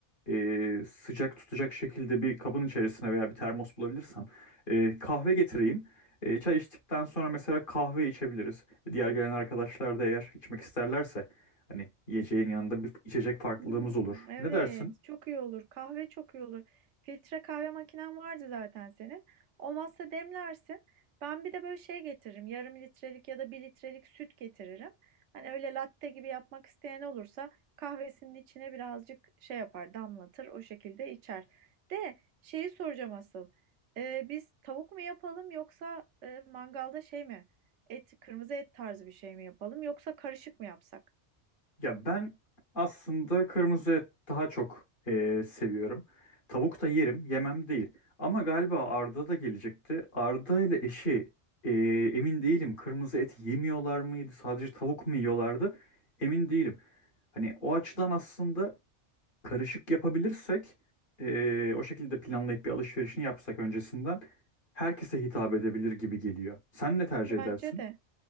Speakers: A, on the left; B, on the right.
A: e, sıcak tutacak şekilde bir kabın içerisine veya bir termos bulabilirsem e, kahve getireyim. E, çay içtikten sonra mesela kahve içebiliriz. Diğer gelen arkadaşlar da eğer içmek isterlerse hani yiyeceğin yanında bir içecek farklılığımız
B: Hmm,
A: olur.
B: evet,
A: Ne dersin?
B: çok iyi olur. Kahve çok iyi olur. Filtre kahve makinen vardı zaten senin. Olmazsa demlersin. Ben bir de böyle şey getiririm. Yarım litrelik ya da bir litrelik süt getiririm. Hani öyle latte gibi yapmak isteyen olursa kahvesinin içine birazcık şey yapar, damlatır, o şekilde içer. De şeyi soracağım asıl. Ee, biz tavuk mu yapalım yoksa e, mangalda şey mi? Et, kırmızı et tarzı bir şey mi yapalım yoksa karışık mı yapsak?
A: Ya ben aslında kırmızı et daha çok eee, seviyorum. Tavuk da yerim, yemem değil. Ama galiba Arda da gelecekti. Arda ile eşi eee, emin değilim. Kırmızı et yemiyorlar mıydı? Sadece tavuk mu yiyorlardı? Emin değilim. Hani o açıdan aslında karışık yapabilirsek eee, o şekilde planlayıp bir alışverişini yapsak öncesinden herkese hitap edebilir gibi geliyor. Sen ne tercih
B: Bence
A: edersin?
B: de.